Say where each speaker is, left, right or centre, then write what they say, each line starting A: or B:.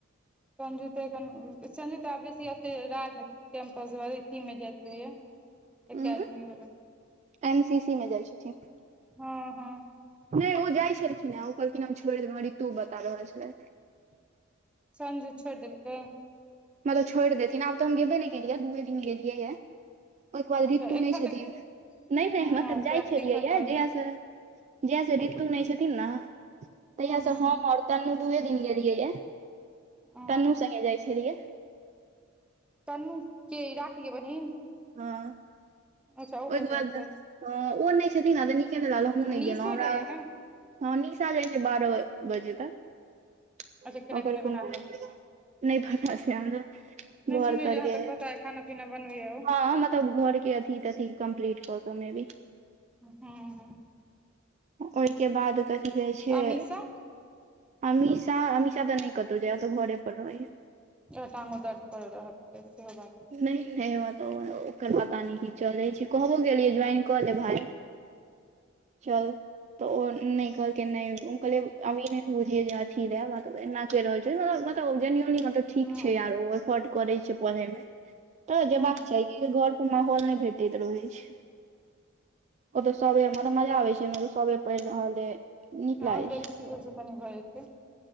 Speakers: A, in the centre; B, on the right.
A: संजु तऽ एखन संजु तऽ आ बेसी अते राज कैंपस अथीमे जाइत रहैया एकैडमी
B: उं
A: वला।
B: एन सी सीमे जाइ छथिन
A: हँ हँ
B: नहि ओ जाइ छलखिन हें ओ। कि न हम छोड़ि देबै हमरा ऋतु बता रहल छलै
A: संजू छोड़ि देलकै।
B: मतलब छोड़ि देथिन आब तऽ हम गेबै ने केलियै या दूए दिन गेलियै या ओहिके बाद
A: अच्छा
B: ऋतु
A: एखन
B: नहि छथिन
A: तऽ
B: नहि नहि
A: हँ
B: हमरा तब जाइ
A: प्रैक्टिकल
B: छलियै या
A: दुआरे
B: जहिंया सँ जहिंया सँ ऋतु नहि छथिन ने तहिया
A: हूँ हूँ
B: स हम आओर तन्नु दूयए दिन गेलियै या
A: हँ
B: तनू संगे जाइ छलियै
A: तनू के ई राखीके बहिन।
B: हाँ
A: अच्छा ओहो
B: ओहिके
A: जाइ
B: बाद
A: छै
B: हाँ ओ नहि छथिन ने तऽ नीके नहि लागल हमहूँ नहि
A: आ निशो
B: गेलहुँ हमरा
A: जाइया ने
B: हाँ निशा जाइ छै बारह बजे तक
A: अच्छा खेनाइ
B: ओकर
A: पिनाइ बना
B: कोनो।
A: कऽ
B: नहि पता छै हमरा
A: नहि
B: घर
A: सुनै
B: तरके
A: जे अहाँ तक पता अइ खाना पीना बनबैया ओ
B: हाँ मतलब घरके अथि <unintelligible>
A: हूँ हूँ
B: <unintelligible> ओहि बाद कथि जाइ छियै
A: आ मीशा
B: अमीशा अमीशा तऽ नहि कतौ जाइ ओतऽ घरे पर रहैया
A: ऐं टांगो दर्द कर रहतै सेहा बात।
B: नहि नहि म तब ओकर पता नहि की चलैत छै कहबो कियै ज्वाइन कऽ ले भाय।
A: <unintelligible>
B: चल तऽ ओ नहि कहल के नाइ। कहल अभी बुझिये जे अथी ले मलब एना कऽ रहल छ मतलब तऽ ठीक
A: हँ
B: छै आर ओ एफोर्ड करै छै। े मे तऽ जेयबाक
A: हँ
B: चाही घर पर माहौल नहि भेटैत रहैत छै। ओतऽ सबे मतलब मजा आबे छै सबे पढ़ि रहल अइ नीक
A: हँ
B: लागै
A: देखसी
B: छै
A: ओ सऽ कनी भऽ छै।